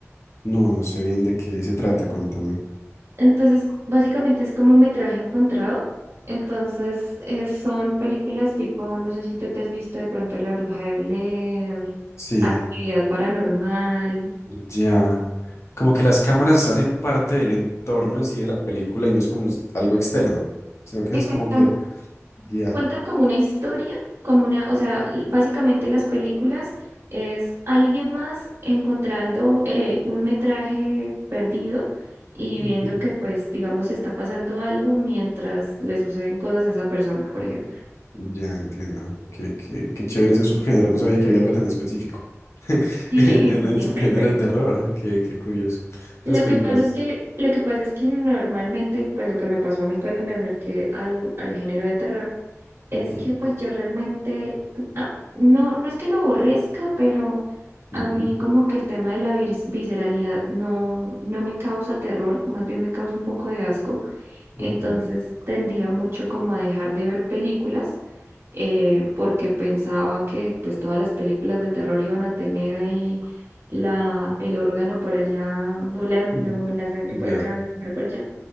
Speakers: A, on the left; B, on the right.
A: no, no sé bien de qué se trata, contame.
B: Entonces, básicamente es como metraje encontrado. Entonces, eh, son películas tipo, no sé si tú te has visto de pronto La Bruja de Blair,
A: Sí.
B: Actividad Paranormal.
A: Ya. Como que las cámaras hacen parte del entorno en sí de la película y no es como es- algo externo, sino que
B: Exactamente.
A: es como que, ya.
B: Cuentan como una historia, como una, o sea, l- básicamente las películas es alguien más encontrando eh, un metraje perdido y
A: Ujú.
B: viendo que, pues, digamos, está pasando algo mientras le suceden cosas a esa persona, por ejemplo.
A: Ya entiendo. Qué, qué, qué chévere ese subgénero. No sabía que había algo tan específico <laughs>
B: Sí,
A: en, en
B: sí,
A: el
B: sí,
A: subgénero
B: hyper.
A: de terror. Qué, qué curioso. Esas
B: Lo
A: películas.
B: que pasa es que, lo que pasa es que normalmente, pues lo que me pasó a mí cuando me acerqué al, al género de terror, es
A: Ujú,
B: que pues yo realmente, ah, no, no es que lo aborrezca, pero a
A: ujú,
B: mí como que el tema de la vis- visceralidad no, no me causa terror, más bien me causa un poco de asco.
A: ok.
B: Entonces tendía mucho como a dejar de ver películas eh, porque pensaba que pues todas las películas de terror iban a tener ahí la, el órgano por allá volando,
A: Mm,
B: la sangre
A: Ya.
B: por acá, la sangre por allá,